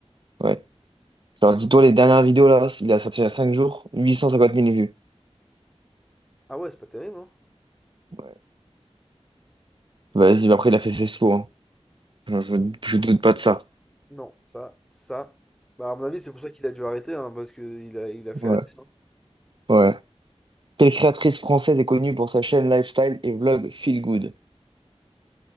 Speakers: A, on the right; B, in the centre.
A: ouais. Genre, dis-toi, les dernières vidéos, là, il a sorti il y a 5 jours, 850 000 vues.
B: Ah ouais, c'est pas terrible, hein?
A: Ouais. Vas-y, bah après, il a fait ses sauts, hein. Je, je, je doute pas de ça.
B: Non, ça, ça. Bah, à mon avis, c'est pour ça qu'il a dû arrêter, hein, parce qu'il a, il a fait
A: Ouais,
B: assez. hein.
A: ouais. Quelle créatrice française est connue pour sa chaîne lifestyle et vlog Feel Good?